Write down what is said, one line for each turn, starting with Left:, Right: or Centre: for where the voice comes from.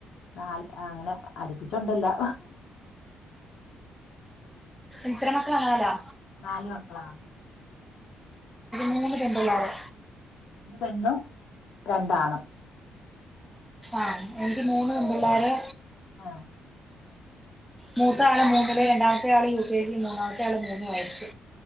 Left: നാല്ആഹ് അങ്ങനെ അടുപ്പിച്ചുണ്ടല്ലേ
Centre: എത്ര മക്കളാ നാലാ
Left: നാല് മക്കളാ
Centre: മൂന്ന് പെമ്പിള്ളാര്
Left: പെണ്ണും രണ്ടാണും
Centre: ആഹ് എനിക്ക് മൂന്ന് പെമ്പിള്ളാര്
Left: ആ
Centre: മൂത്ത ആള് മൂന്നില് രണ്ടാമത്തെ ആള് യു കെ ജി മൂന്നാമത്തെ ആള് മൂന്ന് വയസ്സ്